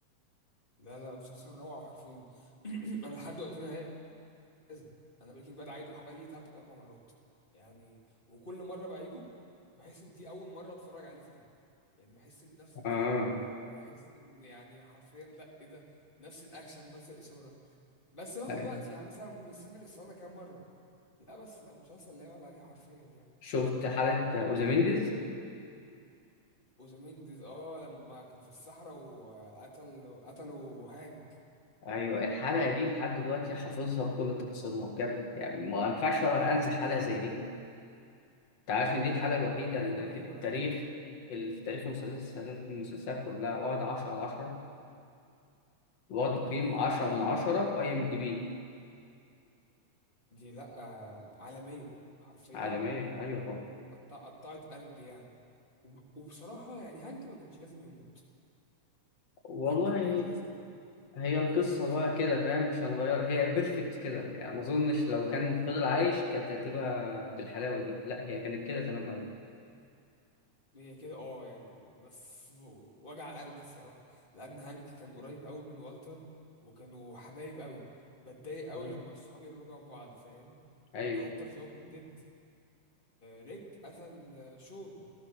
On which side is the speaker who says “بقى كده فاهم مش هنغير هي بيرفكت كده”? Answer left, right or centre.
Left